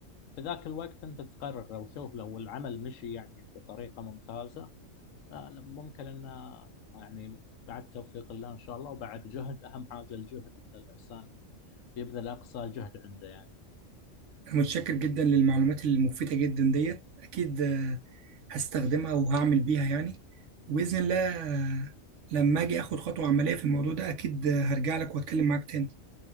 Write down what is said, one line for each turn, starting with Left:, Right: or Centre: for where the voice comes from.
Left: في ذاك الوقت أنت تقرر لو شوف لو العمل مشي يعني بطريقة ممتازة لا لا، ممكن أنه يعني بعد توفيق الله إن شاء الله وبعد جهد أهم حاجة الجهد أن الإنسان يبذل أقصى جهد عنده يعني
Right: انا متشكر جدا للمعلومات المفيده جدا ديت اكيد آه، هستخدمها وهعمل بيها يعني وباذن الله آه، لما اجي اخد خطوه عمليه في الموضوع ده اكيد آه، هرجع لك واتكلم معاك تاني